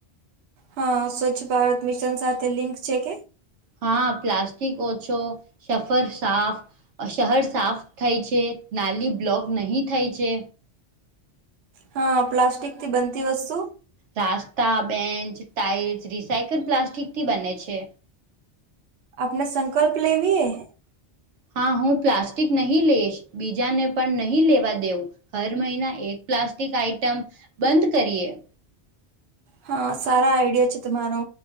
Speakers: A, on the right; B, on the right.
A: હા સ્વચ્છ ભારત મિશન સાથે લિંક છે કે-
B: હા પ્લાસ્ટિક ઓછો સફર સાફ- શહેર સાફ થાય છે નાલી બ્લોક નહીં થાય છે.
A: હા પ્લાસ્ટિક થી બનતી વસ્તુ-
B: રાસ્તા બેન્ચ ટાાઈલ્સ રિસાયકલ પ્લાસ્ટિક થી બને છે.
A: આપણે સંકલ્પ લેવીએ-
B: હા હું પ્લાસ્ટિક નહીં લઈશ બીજાને પણ નહીં લેવા દેઉ- હર મહિના એક પ્લાસ્ટિક આઈટમ બંધ કરીએ-
A: હા સારા આઈડિયા છે તમારો